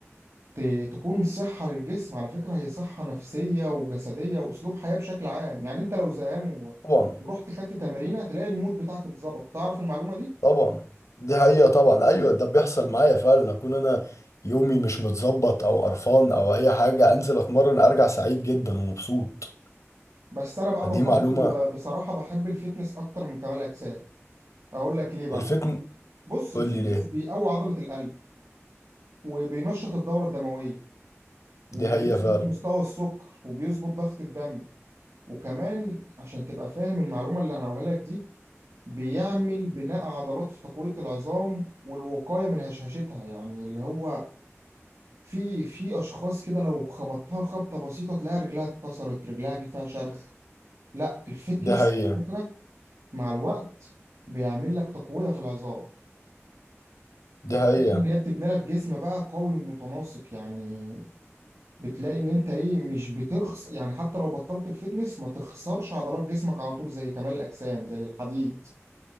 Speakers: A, on the right; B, on the left.
A: ت... تكون صحه للجسم على فكره هي صحه نفسيه وجسديه واسلوب حياه بشكل عام يعني انت لو زهقان و...
B: طبعا
A: ورحت خدت تمرينه هتلاقي المود بتاعك اتظبط تعرف المعلومه دي
B: طبعا دي حقيقة طبعا ايوه ده بيحصل معايا فعلا اكون انا يومي مش متظبط او قرفان او اي حاجة انزل اتمرن ارجع سعيد جدا ومبسوط
A: بس انا بقى
B: فدي
A: بفضل
B: معلومة
A: آه، بصراحه بحب الفتنس اكتر من كمال اجسام اقول لك ليه بقى
B: الفتن
A: بص
B: قول
A: الفتنس
B: لي ليه
A: بيقوي عضلة القلب وبينشط الدورة الدموية وبيظبط
B: دي حقيقة فعلا
A: مستوى السكر وبيظبط ضغط الدم وكمان عشان تبقى فاهم المعلومة اللي انا هقولها لك دي بيعمل بناء عضلات في تقوية العظام والوقاية من هشاشتها يعني اللي هو في في اشخاص كده لو خبطتها خبطة بسيطة تلاقي رجلها اتكسرت رجلها جه فيها شرخ لا الفتنس
B: دي حقيقة
A: على فكرة مع الوقت بيعمل لك تقوية في العظام
B: دي حقيقة
A: اللي هي بتبني لك جسم بقى قوي ومتناسق يعني بتلاقي ان انت ايه مش بتخس يعني حتى لو بطلت الفتنس ما تخسرش عضلات جسمك على طول زي كمال الاجسام زي الحديد